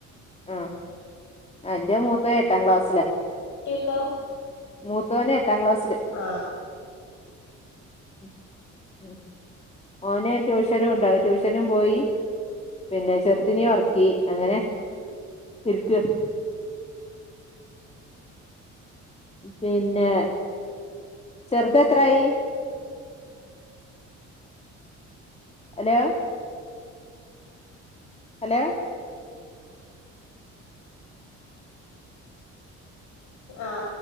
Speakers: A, on the left; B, on the left.
A: ആഹ് അന്റെ മൂത്തത് എട്ടാം ക്ലാസ്സിലാ
B: കേക്കാ
A: മൂത്തോന് എട്ടാം ക്ലാസ്സ്ല്
B: ആഹ്
A: ഉം ഏഹ് ഓന് ട്യൂഷനും ഉണ്ടാ ട്യൂഷനും പോയി പിന്നെ ചെറ്തിനി ഒറക്കി അങ്ങനെ ഇരിക്കാ പിന്നെ ചെറ്ത് എത്രായി എലോ ഹലോ
B: ആഹ